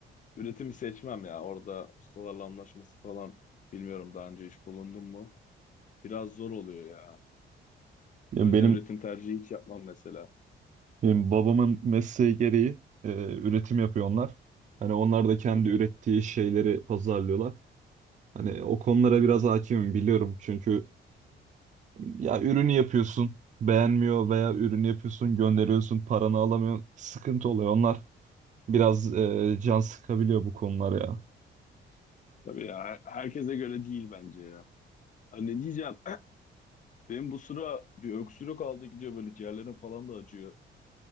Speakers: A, on the left; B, on the right.
A: üretimi seçmem ya. Orada ustalarla anlaşması falan bilmiyorum daha önce iş bulundum mu? Biraz zor oluyor ya.
B: Yani
A: O yüzden
B: benim,
A: üretim tercihi hiç yapmam mesela.
B: benim babamın mesleği gereği e, üretim yapıyor onlar. Hani onlar da kendi
A: Hı hı.
B: ürettiği şeyleri pazarlıyorlar. Hani o konulara biraz hakimim biliyorum. Çünkü ya ürünü yapıyorsun beğenmiyor veya ürünü yapıyorsun gönderiyorsun paranı alamıyorsun. Sıkıntı oluyor onlar. Biraz e, can sıkabiliyor bu konular ya.
A: Tabii ya her- herkese göre değil bence ya. Hani ne diyeceğim? Benim bu sıra bir öksürük aldı gidiyor böyle ciğerlerim falan da acıyor.